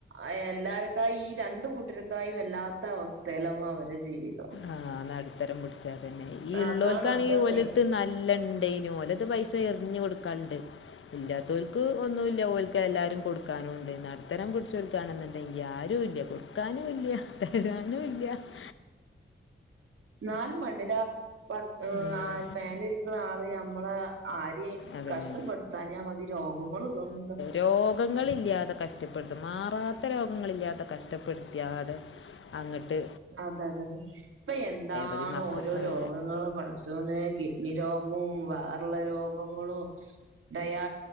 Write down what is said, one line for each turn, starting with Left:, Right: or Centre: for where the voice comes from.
Right: അഹ് എല്ലാരെക്കായ് ഈ രണ്ട് കൂട്ടരേക്കായ് വെല്ലാ ത്തവസ്ഥേലാവോ അവരെ ജീവിതം
Left: ആഹ് നടുതരം പുടിച്ചാതന്നെ ഈ
Right: അതാണ്
Left: ള്ളോൽക്കാണി
Right: അതാണ്
Left: ഓലെട്ത്ത് നല്ലൺ ണ്ടേയ്നു ഓലെട്ത്ത് പൈസ എറിഞ്ഞുകൊടുക്കാണ്ട് ഇല്ലാത്തോ ൽക്ക് ഒന്നൂല്ല ഓൽക്ക് എല്ലാരും കൊടു ക്കാനുണ്ട് നടുത്തരം പിടിച്ചോർ കാണുന്നുണ്ടെങ്കിൽ ആരൂല്യ കൊടുക്കാനുല്യാ <unintelligible>
Right: ന്നാലും മേണ്ടില പട
Left: ഉം.
Right: ആഹ് മേലേ ഇരിക്കുന്ന ആള് നമ്മളെ ആരേം
Left: അതന്നെ
Right: കഷ്ടപ്പെടുത്താഞ്ഞാ മതി രോഗങ്ങളും ഇതൊന്നും ത
Left: രോഗങ്ങളില്യാതെ കഷ്ടപ്പെടുത്ത മാറാത്ത രോഗങ്ങളില്ലാതെ കഷ്ടപ്പെടുത്തിയാതെ അങ്ങട്ട്
Right: അതതെ ഇപ്പെയെന്താണ്
Left: മതി മക്കൾക്കായാലും
Right: ഓരോ രോഗങ്ങള് ചോനെ കിഡ്നി രോഗും വേറള്ള രോഗങ്ങളും ഡയാ